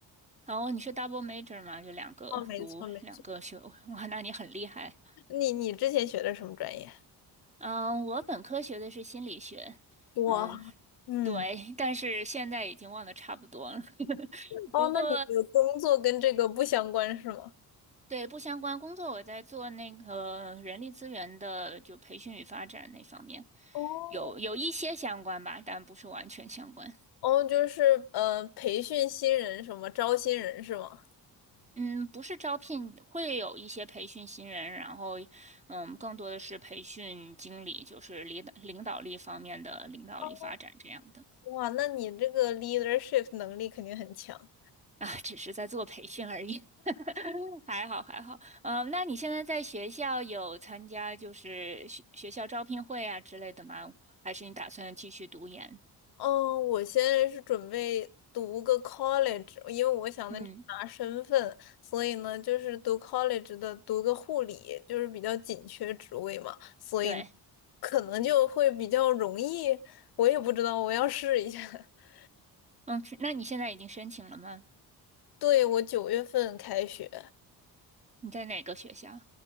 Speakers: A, on the right; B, on the left.
A: 哦，你是 double major 吗？就两个读两个学位，
B: 哦，没错没错。
A: 哇，那你很厉害。
B: 你你之前学的什么专业？
A: 嗯，我本科学的是心理学，
B: 哇，
A: 嗯，
B: 嗯，
A: 对，但是现在已经忘得差不多了。<laughs>
B: 哦，
A: 不过，
B: 那你的工作跟这个不相关是吗？
A: 对，不相关工作，我在做那个人力资源的，就培训与发展那方面，
B: 哦
A: 有有一些相关吧，但不是完全相关。
B: 哦，就是呃，培训新人什么，招新人是吗？
A: 嗯，不是招聘，会有一些培训新人，然后，嗯，更多的是培训经理，就是领导领导力方面的领导力发展这样的
B: 哦，哇，那你这个 leadership 能力肯定很强。
A: 啊，只是在做培训而已，<laughs> 还好还好。嗯，那你现在在学校有参加就是学学校招聘会啊之类的吗？还是你打算继续读研？
B: 嗯，我现在是准备读个 college，因为我想的拿身份，
A: 嗯，
B: 所以呢，就是读 college 的读个护理，就是比较紧缺职位嘛，所以呢
A: 对，
B: 可能就会比较容易。我也不知道，我要试一下。<laughs>
A: 嗯，是那你现在已经申请了吗？
B: 对，我九月份开学，
A: 你在哪个学校？